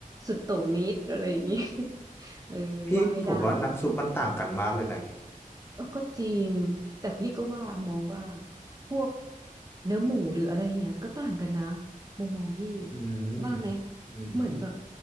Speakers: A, on the right; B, on the left.
A: สุดโต่งนิดอะไรอย่างนี้ <laughs> เออว่าไม่ได้เนาะ
B: พี่ผมว่าน้ำซุปมันต่างกันมากเลยนะแค
A: เออก็จริงแต่พี่ก็ว่ามองว่าพวกเนื้อหมูหรืออะไรเงี้ยก็ต่างกันนะมุมมองพี่
B: อืม
A: ว่าไหม
B: อืม
A: เหมือนแบบ